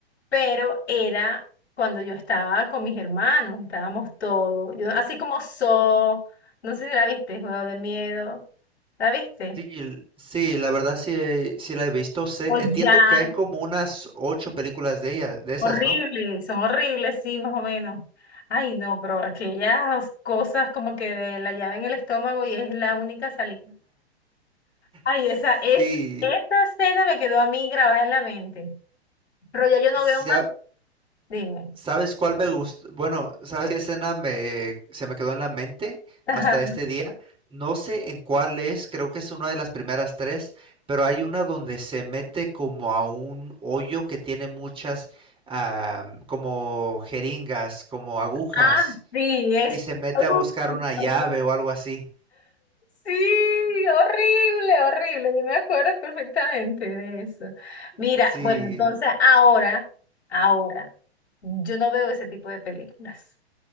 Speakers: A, on the left; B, on the right.
A: pero era cuando yo estaba con mis hermanos, estábamos todos, yo, así como so no sé si la viste, Juego de Miedo, ¿la viste?
B: Sí, l- sí, la verdad sí, eh, sí la he visto. Sé,
A: O
B: entiendo
A: ya,
B: que hay como unas ocho películas de ella, de esas,
A: horrible,
B: ¿no?
A: son horribles, sí, más o menos. Ay, no, pero aquellas cosas como que de la llave en el estómago y es la única salida. Ay,
B: Sí,
A: esa es, esa escena me quedó a mí grabada en la mente, pero ya yo no
B: sí,
A: veo más, dime.
B: ¿Sabes cuál me gustó? Bueno, ¿sabes qué escena me, se me quedó en la mente hasta
A: <laughs>
B: este día? No sé en cuál es, creo que es una de las primeras tres, pero hay una donde se mete como a un hoyo que tiene muchas, ah, como jeringas, como agujas,
A: Ah, sí, es.
B: y se mete
A: <laughs>
B: a buscar una llave
A: Uh,
B: o algo así.
A: Sí, horrible, horrible. Yo me acuerdo perfectamente de eso. Mira,
B: Sí,
A: bueno, entonces ahora, ahora, yo no veo ese tipo de películas.